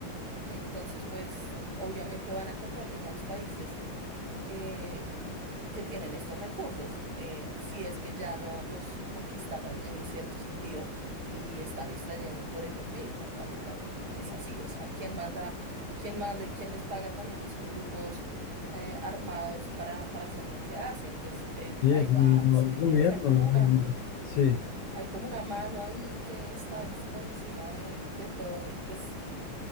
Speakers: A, on the right (about 55°); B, on the left (about 70°).
A: entonces, pues obviamente van a comprarles a los países eh, que tienen estos recursos, eh, si es que ya no los conquistaron en cierto sentido y están extrayendo por ellos mismos, ¿no? Que también es así, o sea, ¿quién manda, quién manda y quién les paga también a esos grupos eh, armados para, para hacer lo que hacen? Pues eh,
B: sí,
A: ahí
B: el mismo
A: va, si me entiendes,
B: gobierno,
A: hay como
B: las
A: una
B: mismas. Sí,
A: hay como una mano ahí que está ens- por encima de, de todo y pues